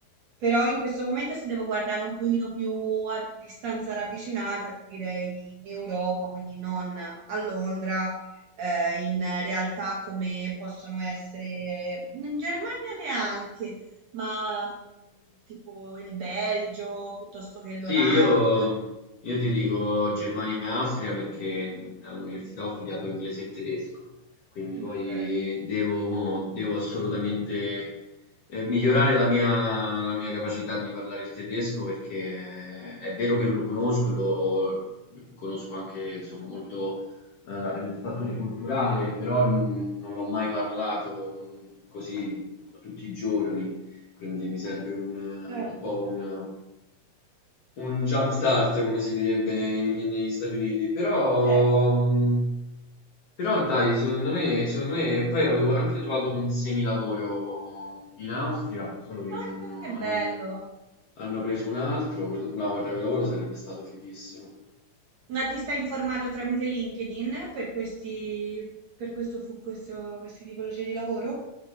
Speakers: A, on the right; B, on the left.
A: però in questo momento se devo guardare un pochino più a distanza ravvicinata, ti direi in Europa, quindi non a Londra eh, in realtà come possono essere in Germania neanche, ma mh, tipo il Belgio piuttosto che l'Olanda.
B: Sì, io, io ti dico Germania e Austria perché all'università ho studiato inglese e tedesco, quindi
A: Ok,
B: poi devo, devo assolutamente eh, migliorare la mia, la mia capacità di parlare il tedesco perché è vero che lo conosco, lo, conosco anche insomma, molto eh, la- il fattore culturale, però mm, non l'ho mai parlato mm, così tutti i giorni, quindi mi serve un, eh,
A: certo,
B: un po' un un jump start come si direbbe in in negli Stati Uniti, però
A: certo.
B: mhmm, però dai secondo me secondo me poi avevo anche trovato un semilavoro in Austria, solo che
A: Ah,
B: mi hanno
A: ca- che bello.
B: hanno pre hanno preso un altro, no guarda quel lavoro sarebbe stato fighissimo.
A: Ma ti stai informando tramite LinkedIn per questi, per questo, fu- questo, questi tipologie di lavoro?